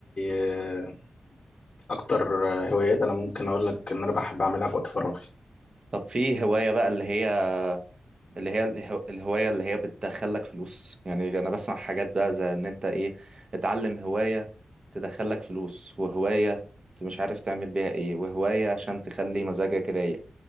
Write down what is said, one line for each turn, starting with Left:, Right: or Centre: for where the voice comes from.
Left: آه، اكتر آه، هوايات انا ممكن اقول لك ان انا بحب اعملها في وقت فراغي
Right: طب في هواية بقى اللي هي اللي هي اله- الهواية اللي هي بتدخلك فلوس يعني أنا بسمع حاجات بقى زي إن أنت إيه اتعلم هواية تدخلك فلوس وهواية أنت مش عارف تعمل بيها إيه وهواية عشان تخلي مزاجك رايق